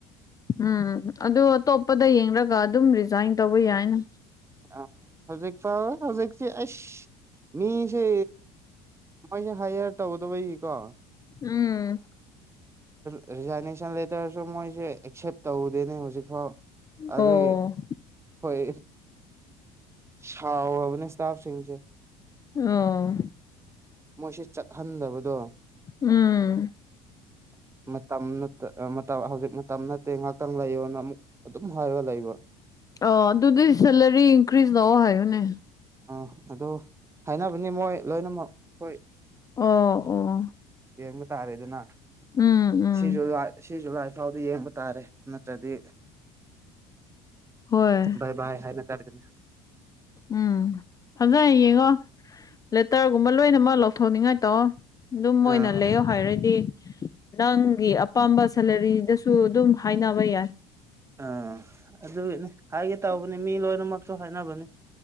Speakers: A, on the left; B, on the right.
A: ꯎꯝ ꯑꯗꯨ ꯑꯇꯣꯞꯄꯗ ꯌꯦꯡꯂꯡꯒ ꯑꯗꯨꯝ ꯔꯤꯖꯥꯏꯟ ꯇꯧꯕ ꯌꯥꯏꯅ
B: ꯑ ꯍꯧꯖꯤꯛ ꯐ ꯍꯧꯖꯤꯛꯁꯤ ꯑꯁ ꯃꯤꯁꯦ ꯃꯣꯏꯁꯦ ꯍꯥꯏꯌꯦꯔ ꯇꯧꯒꯗꯧꯕꯩꯒꯤꯀꯣ
A: ꯎꯝ
B: ꯔꯤꯖꯥꯏꯅꯦꯁꯟ ꯂꯦꯇꯔꯁꯨ ꯃꯣꯏꯁꯦ ꯑꯦꯛꯁꯦꯞ ꯇꯧꯗꯦꯅꯦ ꯍꯧꯖꯤꯛꯐꯥꯎ ꯑꯗꯨꯗꯒꯤ
A: ꯑꯣ
B: ꯍꯣꯏ ꯁꯥꯎꯕꯅꯤꯁꯇꯥꯕꯁꯤꯡ
A: ꯑꯣ
B: ꯃꯣꯏꯁꯤ ꯆꯠꯍꯟꯗꯕꯗꯣ
A: ꯎꯝ
B: <unintelligible> ꯃꯇꯝ ꯍꯧꯖꯤꯛ ꯃꯇꯝ ꯅꯠꯇꯦ ꯉꯥꯏꯍꯥꯛꯇꯪ ꯂꯩꯌꯣꯅ ꯑꯃꯨꯛ ꯑꯗꯨꯝ ꯍꯥꯏꯔꯒ ꯂꯩꯕ
A: ꯑ ꯑꯗꯨꯗꯤ ꯁꯦꯂꯔꯤ ꯏꯟꯀ꯭ꯔꯤꯖ ꯇꯧꯑꯣ ꯍꯥꯏꯌꯨꯅꯦ
B: ꯑꯥ ꯑꯗꯨ ꯍꯥꯏꯅꯕꯅꯤ ꯃꯣꯏ ꯂꯣꯏꯅꯃꯛ ꯍꯣꯏ
A: ꯑꯣ ꯑꯣ
B: ꯌꯦꯡꯕ ꯇꯥꯔꯦꯗꯅ
A: ꯎꯝ ꯎꯝ
B: ꯁꯤ ꯖꯨꯂꯥꯏ ꯁꯤ ꯖꯨꯂꯥꯏ ꯐꯥꯎꯗ ꯌꯦꯡꯕ ꯇꯥꯔꯦ ꯅꯠꯇ꯭ꯔꯗꯤ
A: ꯍꯣꯏ
B: ꯏ ꯏ ꯍꯥꯏ ꯅ ꯇꯥꯔꯗ
A: ꯎꯝ ꯐꯝꯖꯔ ꯌꯦꯡꯉꯣ ꯂꯦꯇꯔꯒꯨꯝꯕ ꯂꯣꯏꯅꯃꯛ ꯂꯧꯊꯣꯛꯅꯤꯡꯉꯥꯏ ꯇꯧꯑꯣ ꯑꯗꯨꯝ ꯑꯣꯏꯅ
B: ꯑꯥ
A: ꯂꯩꯌꯣ ꯍꯥꯏꯔꯗꯤ ꯅꯪꯒꯤ ꯑꯄꯥꯝꯕ ꯁꯦꯂꯔꯤꯗꯁꯨ ꯑꯗꯨꯝ ꯍꯥꯏꯅꯕ ꯌꯥꯏ
B: ꯑꯥ ꯑꯗꯨꯒꯤꯅꯤ ꯍꯥꯏꯒꯦ ꯇꯧꯕꯅꯤ ꯃꯤ ꯂꯣꯏꯅꯃꯛꯁꯨ ꯍꯥꯏꯅꯕꯅꯤ